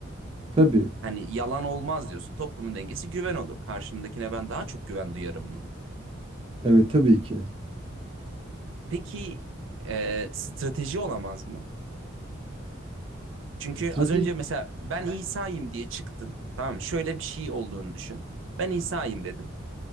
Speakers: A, on the right; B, on the right.
A: Tabii.
B: Hani yalan olmaz diyorsun. Toplumun dengesi güven olur. Karşımdakine ben daha çok güven duyarım mı?
A: Evet tabii ki.
B: Peki e, strateji olamaz mı? Çünkü
A: Strateji.
B: az önce mesela ben İsa'yım diye çıktın. Tamam mı? Şöyle bir şey olduğunu düşün. Ben İsa'yım dedin.